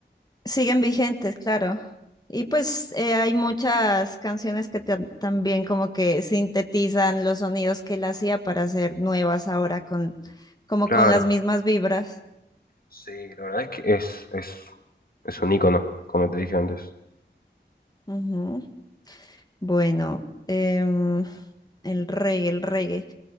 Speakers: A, on the left; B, on the left.
A: Siguen vigentes, claro. Y pues eh, hay muchas canciones que tam- también como que sintetizan los sonidos que él hacía para hacer nuevas ahora con como
B: Claro.
A: con las mismas vibras.
B: Sí, la verdad es que es, es, es un ícono, como te dije antes.
A: Ujú. Bueno, em, el reggae, el reggae.